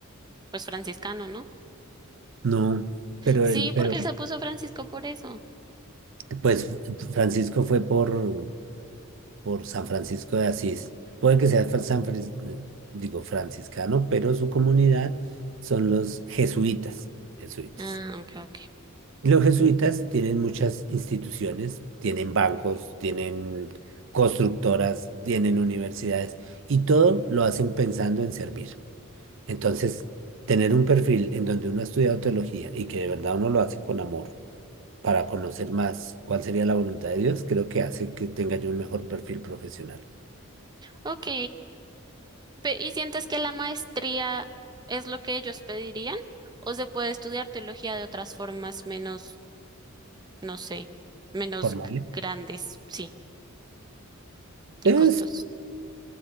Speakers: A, on the right; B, on the right.
A: pues franciscano, ¿no?
B: No, pero
A: Sí,
B: el, pero
A: porque él se puso Francisco por eso.
B: pues Francisco fue por por San Francisco de Asís. Puede que sea fran- San, Fris- eh, digo, franciscano, pero su comunidad son los jesuitas, jesuitas.
A: Ah, ok, ok.
B: Los jesuitas tienen muchas instituciones, tienen bancos, tienen constructoras, tienen universidades y todo lo hacen pensando en servir. Entonces, tener un perfil en donde uno ha estudiado teología y que de verdad uno lo hace con amor para conocer más cuál sería la voluntad de Dios, creo que hace que tenga yo un mejor perfil profesional.
A: Ok. Pe- ¿y sientes que la maestría es lo que ellos pedirían? ¿O se puede estudiar teología de otras formas menos, no sé, menos
B: formales.
A: g- grandes, sí, y
B: Es,
A: costos?